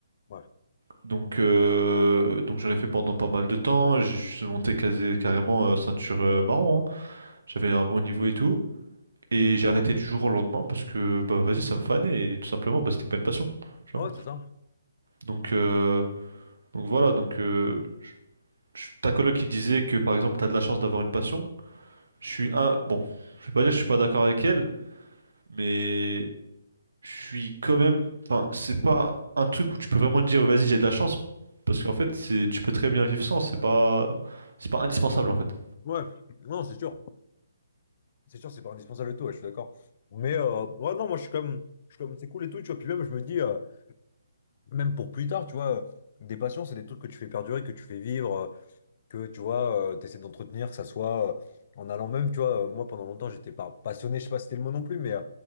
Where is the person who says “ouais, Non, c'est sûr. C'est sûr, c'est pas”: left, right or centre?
Left